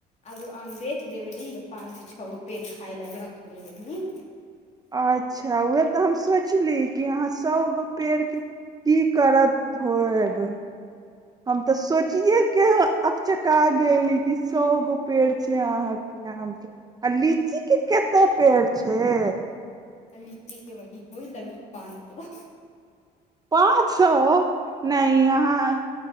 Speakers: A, on the left; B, on the right.
A: आरो आम बेच देेली आ पाँचसँ छओ गो पेड़ खाय लेल रख लेबी
B: अच्छा उएह तऽ हम सोचली कि अहाँ सभगो पेड़के की करत होयब हम तऽ सोचियेके अचका गेली कि सएगो पेड़ छै अहाँके आके आ लीची के कतेक पेड़ छै
A: लीची के वही होइ लगभग पाँच सो
B: पाँच सए नहि अहाँ